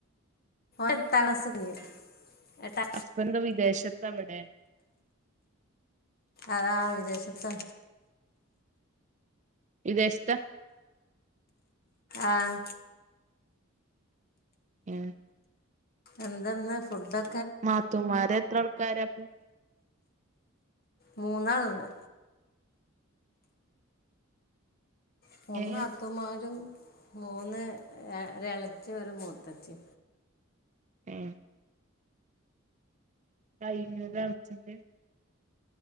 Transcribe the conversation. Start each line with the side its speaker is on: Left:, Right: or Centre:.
Left: എട്ടാം ക്ലാസ്സ് കഴിഞ്ഞ് എട്ടാ
Right: <unintelligible> വിദേശത്ത് അവിടെ
Left: അതാ വിദേശത്ത
Right: വിദേശത്ത
Left: ആഹ്
Right: ഉം
Left: എന്താ ഇന്ന് ഫുഡൊ
Right: നാത്തുമാ ര് എത്ര ആൾക്കാരാ
Left: മൂന്ന് ആളുണ്ട് മൂന്ന്
Right: ഏ
Left: നാത്തുൻ മാരും മൂന്ന് ഒരെളച്ചി ഒരു മൂത്തച്ചി.
Right: ആഹ് <unintelligible>